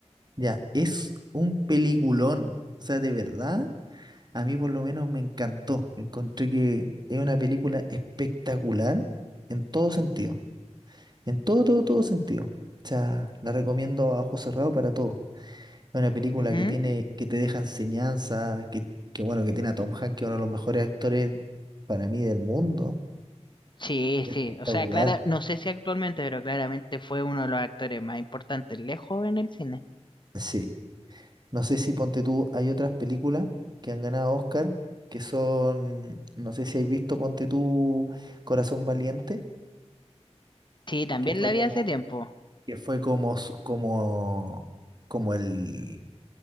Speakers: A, on the right; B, on the left.
A: Ya, es un peliculón. O sea, de verdad, A mí por lo menos me encantó. Encontré que es una película espectacular en todo sentido. En todo, todo, todo sentido. O sea, la recomiendo a ojos cerrados para todo. Es una película
B: Ujú.
A: que tiene, que te deja enseñanza, que, que bueno, que tiene a Tom Hanks, que es uno de los mejores actores para mí del mundo.
B: Sí,
A: Espectacular.
B: sí. O sea, Clara, no sé si actualmente, pero claramente fue uno de los actores más importantes lejos en el cine.
A: Sí. No sé si ponte tú, hay otras películas que han ganado Oscar, que son, no sé si has visto, ponte tú, Corazón Valiente,
B: Sí, también
A: que fue
B: la vi
A: como
B: hace tiempo.
A: que fue como, s- como, como el,